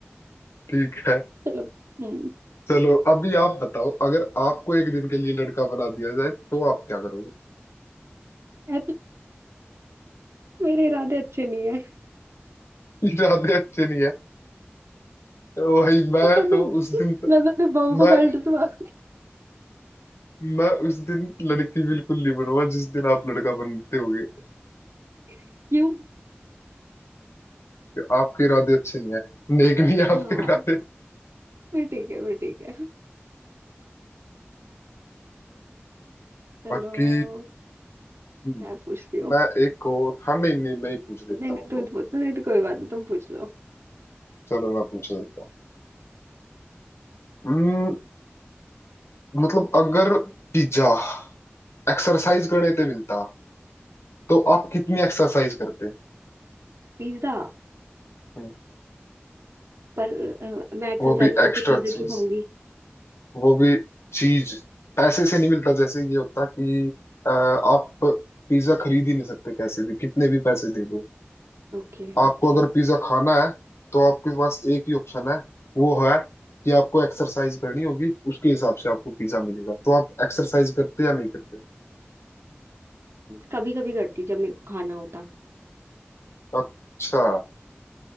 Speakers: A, on the left; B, on the right.
A: ठीक है
B: चलो हम्म
A: चलो अभी आप बताओ अगर आपको एक दिन के लिए लड़का बना दिया जाए तो आप क्या करोगे
B: ऐ तो मेरे इरादे अच्छे नहीं है
A: <laughs> इरादे अच्छे नहीं है वही मैं
B: मैं तो अपने
A: तो उस दिन
B: मैं तो अपने बहू को
A: मैं
B: बेल्ट से मार।
A: मैं उस दिन लड़की बिल्कुल नहीं बनूंगा जिस दिन आप लड़का बनते होगे
B: क्यों
A: आपके इरादे अच्छे नहीं है नेक नहीं है
B: हाँ
A: आपके इरादे
B: फिर ठीक है फिर ठीक है चलो
A: बाकी हम्म,
B: मैं पूछती हूँ
A: मैं एक और हाँ नहीं नहीं मैं ही पूछ लेता
B: नहीं नहीं
A: हूँ
B: तुम
A: तो
B: पूछ नहीं तो कोई बात नहीं तुम पूछ लो
A: चलो मैं पूछ लेता हूँ हम्म, मतलब अगर पिज्जा एक्सरसाइज करने पे मिलता तो आप कितनी एक्सरसाइज करते
B: पिज्जा
A: हम्म,
B: पर अ, मैं एक्सरसाइज
A: वो भी
B: करके
A: एक्स्ट्रा
B: पिज्जा
A: चीज
B: क्यों खाऊंगी
A: वो भी चीज पैसे से नहीं मिलता जैसे ये होता कि अ, आप पिज्जा खरीद ही नहीं सकते कैसे भी कितने भी पैसे दे दो
B: Okay
A: आपको
B: okay
A: अगर पिज्जा खाना है तो आपके पास एक ही ऑप्शन है वो है कि आपको एक्सरसाइज करनी होगी उसके हिसाब से आपको पिज्जा मिलेगा तो आप एक्सरसाइज करते या नहीं करते
B: कभी कभी करती जब मेरे को खाना होता
A: अच्छा